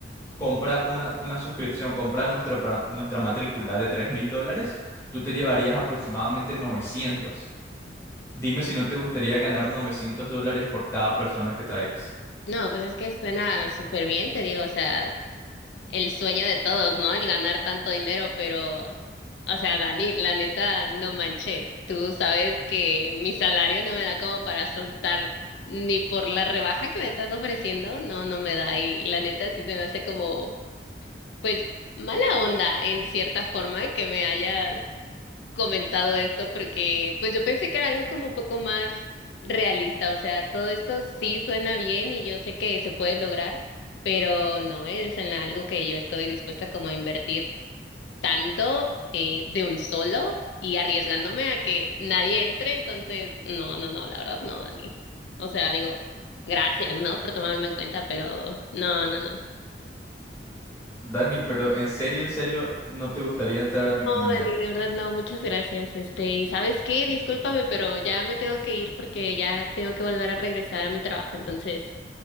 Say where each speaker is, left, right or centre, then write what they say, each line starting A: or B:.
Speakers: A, on the left; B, on the left.
A: compra una, una suscripción, compra nuestra, pra- nuestra matrícula de tres mil dólares, tú te llevarías aproximadamente 900. Dime si no te gustaría ganar 900 dólares por cada persona que traigas.
B: No, pues es que suena súper bien, te digo, o sea, el sueño de todos, ¿no? El ganar tanto dinero, pero, o sea, Dani, la neta, no manches. Tú sabes que mi salario no me da como para soltar ni por la rebaja que me estás ofreciendo, no, no me da. Y la neta sí se me hace como, pues, mala onda en cierta forma que me hayas comentado esto porque pues yo pensé que era algo como un poco más realista, o sea, todo esto sí suena bien y yo sé que se puede lograr, pero no es en algo que yo estoy dispuesta como a invertir tanto eh, de un solo y arriesgándome a que nadie entre, entonces no, no, no, la verdad no, Dani. O sea, digo, gracias, ¿no? Por tomarme en cuenta, pero no, no, no.
A: Dani, pero en serio, en serio, no te gustaría entrar a mi comunidad.
B: No, Dani, de verdad no, muchas gracias. Este, y ¿sabes qué? Discúlpame, pero ya me tengo que ir porque ya tengo que volver a regresar a mi trabajo. Entonces,